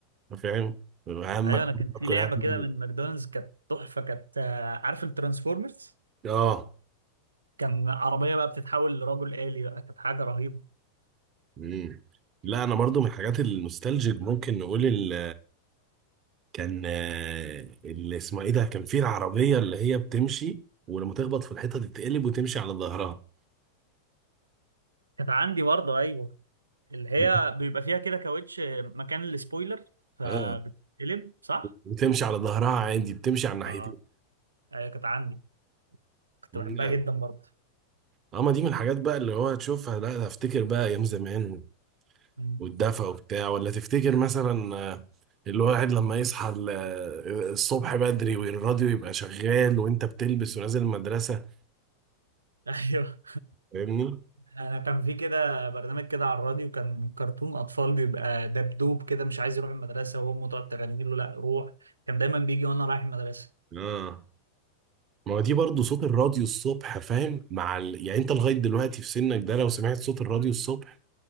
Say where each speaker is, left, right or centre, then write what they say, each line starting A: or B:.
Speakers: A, on the right; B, on the right.
A: وفاهم وهمك
B: ايوه انا كان في
A: كلها
B: لعبه
A: تيجي.
B: كده من ماكدونالدز كانت تحفه كانت آه، عارف الترانسفورمرز
A: اه
B: كان عربيه بقى بتتحول لرجل آلي بقى كانت حاجه رهيبه
A: مم. لا انا برضو من الحاجات النوستالجيك ممكن نقول ال... كان آه، اللي اسمها ايه ده كان فيه العربيه اللي هي بتمشي ولما تخبط في الحيطه تتقلب وتمشي على ظهرها
B: كانت عندي برضه ايوه اللي هي
A: <laughs>
B: بيبقى فيها كده كاوتش آه، مكان السبويلر فبتتقلب
A: اه
B: صح؟
A: وتمشي على ظهرها عادي بتمشي على الناحيتين
B: اه ايوه كانت عندي كنت
A: مم،
B: بحبها
A: لا
B: جدا برضه
A: اه ما دي من الحاجات بقى اللي هو تشوفها لا ده افتكر بقى ايام زمان
B: مم.
A: والدفى وبتاع ولا تفتكر مثلا آه، الواحد لما يصحى ال- آه، الصبح بدري والراديو يبقى شغال وانت بتلبس ونازل المدرسه
B: <laughs> ايوه
A: فاهمني؟
B: انا كان في كده برنامج كده على الراديو كان كرتون اطفال بيبقى دبدوب كده مش عايز يروح المدرسه وامه تقعد تغني له لا روح كان دايما بيجي وانا رايح المدرسه
A: اه ما هو دي برضه صوت الراديو الصبح فاهم مع ال... يعني انت لغايه دلوقتي في سنك ده لو سمعت صوت الراديو الصبح